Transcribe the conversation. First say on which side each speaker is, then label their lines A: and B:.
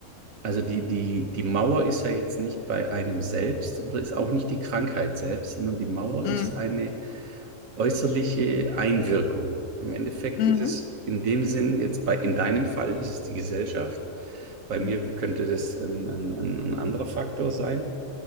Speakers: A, on the right (about 70°); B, on the left (about 80°).
A: also die, die, die Mauer ist ja jetzt nicht bei einem selbst und ist auch nicht die Krankheit selbst, sondern die Mauer
B: Mhm.
A: ist eine äußerliche Einwirkung. Im Endeffekt
B: Mhm.
A: ist es in dem Sinn, jetzt bei, in deinem Fall ist es die Gesellschaft, bei mir
B: Mhm.
A: könnte das ein, ein, ein ein anderer Faktor sein,